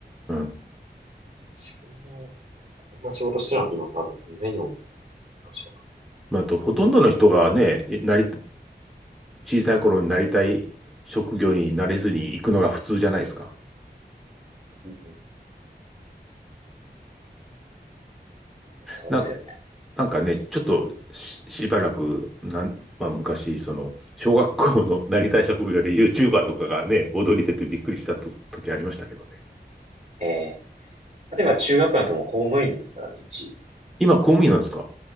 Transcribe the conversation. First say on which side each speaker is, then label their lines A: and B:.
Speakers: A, in the centre; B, on the right.
A: うん。
B: 自分もこんな仕事してるなんて今多分夢にも思ってないと思う。私は。
A: まあ、あと、ほとんどの人がね、なり、小さい頃になりたい職業になれずに行くのが普通じゃないですか。
B: うん。そうですよね。
A: な、なんかね、ちょっとし、しばらく、なん、まあ、昔、その、小学校のなりたい職業で YouTuber とかがね、踊り出てびっくりしたと時ありましたけどね。
B: ええ。まあでも中学だともう公務員ですからね、一位。
A: 今、公務員なんですか